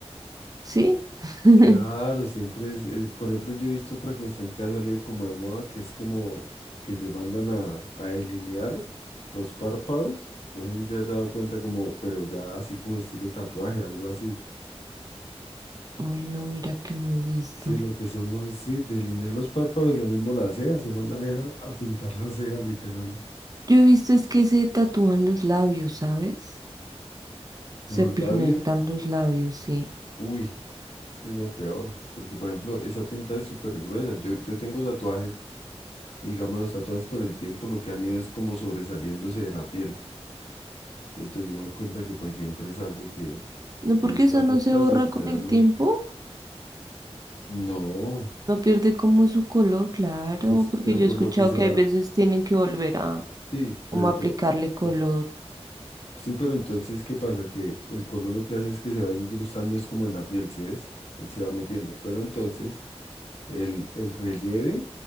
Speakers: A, on the right; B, on the left.
A: sí. <laughs>
B: claro, siempre es, eh, por ejemplo, yo he visto otra cuestión que ha salido como de moda, que es como que se mandan a, a delinear los párpados. No sé si te has dado cuenta como, pero ya así como estilo tatuaje, algo así.
A: Uy, no, mira que no he visto.
B: Sí, lo que son los, sí, delinear los párpados y lo mismo las cejas, se mandan es a, a pintar las cejas, literal.
A: Yo he visto es que se tatúan los labios, ¿sabes?
B: Los
A: Se pigmentan
B: labios,
A: los labios, sí.
B: uy, uy, no, peor, porque por ejemplo, esa tinta es súper gruesa. Yo, yo tengo tatuajes Y digamos, los tatuajes con el tiempo lo que han ido es como sobresaliéndose de la piel. Entonces yo me doy cuenta que pues siempre es algo que,
A: No,
B: que pues
A: porque
B: está
A: eso
B: afectando
A: no se borra
B: literalmente.
A: con el tiempo,
B: No,
A: no pierde como su color, claro,
B: pues,
A: porque
B: pero
A: yo
B: por
A: he escuchado
B: lo que se
A: que
B: va,
A: hay veces tienen que volver a
B: sí,
A: como
B: pero
A: aplicarle
B: por,
A: color,
B: pues, sí, pero entonces, ¿qué pasa? Que el color lo que hace es que se va incrustando, es como en la piel, ¿sí ves? Él se va metiendo. Pero entonces, el, el relieve